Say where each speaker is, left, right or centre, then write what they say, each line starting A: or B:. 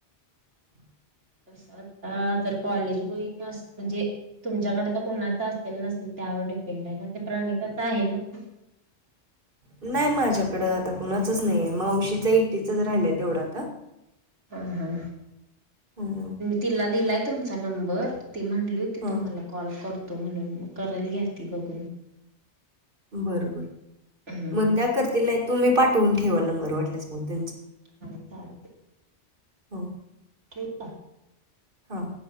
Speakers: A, on the right (about 50°); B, on the right (about 80°).
A: - <unintelligible>
B: तसं आंता तरं कॉलेज गोईंग म्हणजे तुमच्यांकडे तरं कुणाचं असेल नसेल त्यांवर डिपेंड आहे नां ते प्रणिताच आहे नां
A: नाहीं माझ्याकडं आंता कुणांचच नाहीये मावशीच एकटीचच राहिलंय तेवढं आंता
B: हां हां
A: हम्मं
B: तिलां दिलांय तुंमचा नंबर ती म्हणली होती
A: हा
B: तुम्हांला कॉल करतो म्हणूंन मंग करलं घ्यां ती बघूंन
A: बरं बरं
B: हम्म
A: मंग त्यां करतील नाहीं तुम्हीं पाठवूंन ठेवां नंबर वाटल्यांस मंग त्यांचा
B: हां चालतंय
A: हो
B: ठीकं आहे
A: हां